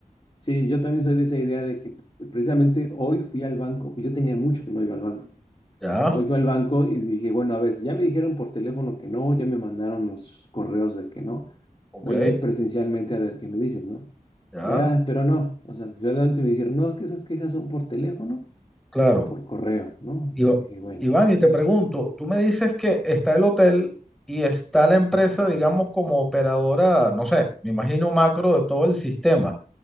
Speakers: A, on the left; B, in the centre.
A: Sí, yo también soy de esa idea de que precisamente hoy fui al banco, yo tenía mucho que no iba al banco.
B: Ya,
A: Hoy fui al banco y dije, bueno, a ver, si ya me dijeron por teléfono que no, ya me mandaron los correos de que no,
B: ok,
A: voy a ir presencialmente a ver qué me dicen, ¿no?
B: ya,
A: Ah, pero no, o sea, finalmente me dijeron, no, es que esas quejas son por teléfono
B: claro.
A: o por correo, ¿no? Entonces
B: Iva-
A: dije, bueno,
B: Iván, y te pregunto, tú me dices que está el hotel y está la empresa, digamos, como operadora, no sé, me imagino macro de todo el sistema,